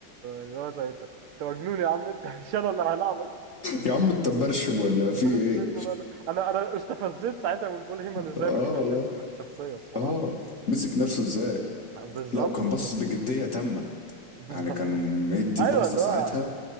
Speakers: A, on the right; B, on the left.
A: اللي هو زي انت انت مجنون يا عم انت مش انا اللي هلاعبك <laughs>
B: يا عم انت مبرشم ولا في
A: بروك
B: ايه
A: ليزنر انا انا انا استفزت ساعتها من بول هيمن ازاي
B: اه
A: ما كانش
B: والله
A: الشخصيه الصراحه
B: اه مسك نفسه ازاي
A: بالظبط
B: لا وكان
A: والله
B: باصص بجدية تامة
A: <laughs>
B: يعني كان مدي
A: ايوه
B: باصة
A: اللي
B: ساعتها
A: هو